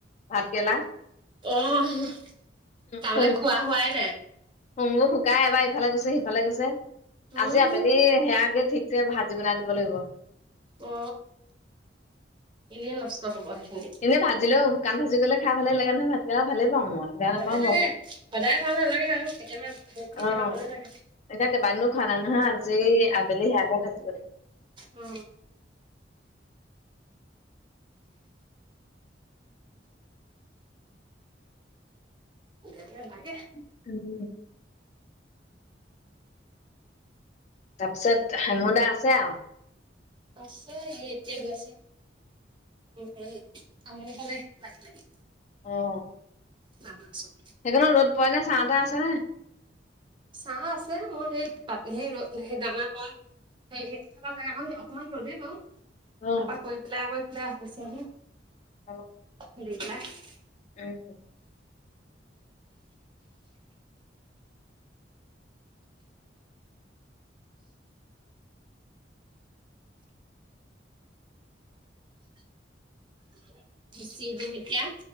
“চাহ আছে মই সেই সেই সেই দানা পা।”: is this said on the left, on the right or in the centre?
Right